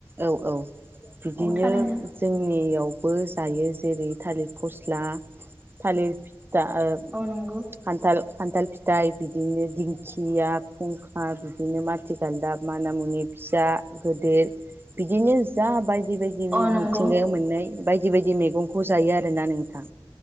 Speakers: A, on the right; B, in the centre.
A: औ औ बिदिनो
B: औ थारैनो
A: जोंनियावबो जायो जेरै थालिर फस थ्ला थालिर पि दा ओ
B: औ नंगौ
A: खान्थाल। खान्थाल फिथाइ बिदिनो दिंखिया फुंखा बिदिनो माथि गालदाब मानामुनि फिसा गोदर बिदिनो जा बाय जिबायदि मि
B: औ नंगौ
A: मिथिंगायाव मोननाय बायदि बायदि बायदि मैगंखौ जायो आरोना नोंथां।